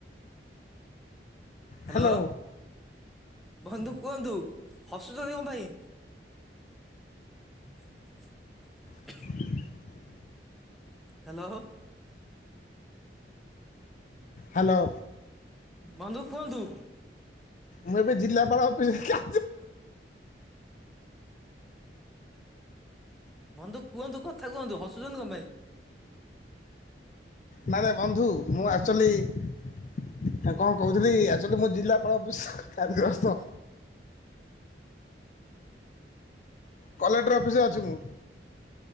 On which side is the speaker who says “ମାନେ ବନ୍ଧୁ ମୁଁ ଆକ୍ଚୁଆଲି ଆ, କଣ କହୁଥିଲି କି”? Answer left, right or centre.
Left